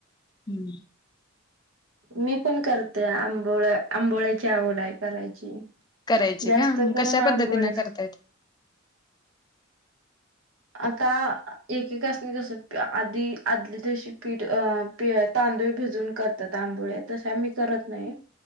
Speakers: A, on the left; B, on the right.
A: हम्म
B: मी पण करते आंबोळ्या आंबोळ्याची आवड आहे करायची
A: करायची
B: जास्त
A: का
B: करून
A: कश्या
B: आंबोळेच.
A: पद्धतीने करता येतं
B: आता एकेकासनी कस आधी आदल्या दिवशी पीठ तांदूळ भिजून करतात आंबोळ्या तश आम्ही करत नाही